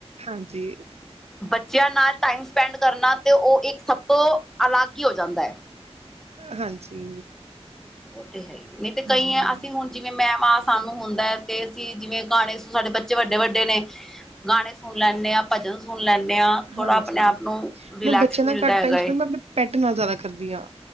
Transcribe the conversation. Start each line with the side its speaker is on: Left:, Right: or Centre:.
Right: ਹਾਂਜੀ
Centre: ਬੱਚਿਆਂ ਨਾਲ ਟਾਈਮ ਸਪੈਂਡ। ਕਰਨਾ ਤੇ, ਉਹ ਇੱਕ ਸਭ ਤੋਂ ਅਲੱਗ ਹੀ ਹੋ ਜਾਂਦਾ ਹੈ।
Right: ਹਾਂਜੀ।
Centre: ਉਹ ਤੇ ਹੈ ਹੀ, ਨਹੀਂ ਤੇ ਕਈ
Right: ਹਮ
Centre: ਹੈ ਅਸੀਂ ਹੁਣ ਜਿਵੇਂ ਮੈਂ ਮਾਂ ਸਾਨੂੰ ਹੁੰਦਾ ਤੇ, ਅਸੀਂ ਜਿਵੇਂ ਗਾਣੇ ਸਾਡੇ ਬੱਚੇ ਵੱਡੇ- ਵੱਡੇ ਨੇ ਗਾਣੇ ਸੁਣ ਲੈਣੇ। ਨਯਾ ਭਜਨ ਸੁਣ ਲੈਂਦੇ ਹਾਂ, ਥੋੜ੍ਹਾ
Right: ਹਾਂਜੀ
Centre: ਆਪਣੇ ਆਪ ਨੂੰ ਰਿਲੈਕਸ
Right: ਮੈਂ ਬੱਚੇ
Centre: ਮਿਲਦਾ
Right: ਨਾਲ ਘੱਟ
Centre: ਹੈਗਾ
Right: ਟਾਈਮ ਸਪੈਂਡ
Centre: ਏ।
Right: ਮੈਂ ਆਪਣੇ ਪੈਟ ਨਾਲ ਜ਼ਿਆਦਾ ਕਰਦੀਆਂ।